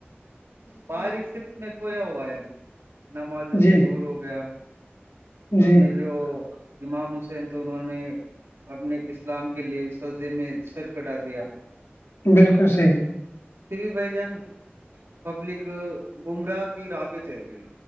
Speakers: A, on the right; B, on the left.
A: بارشر میں کویا ہو نمازوں سے
B: جی
A: دور ہو گیا اپنی
B: جی
A: جو امام حسین تو انہوں نے اپنے اسلام کے لیے سجدے میں سر کٹا دیا
B: بالکل صحیح
A: پھر بھی بھائی جان پبلک گھوم رہا کہ راہ پہ چل رہی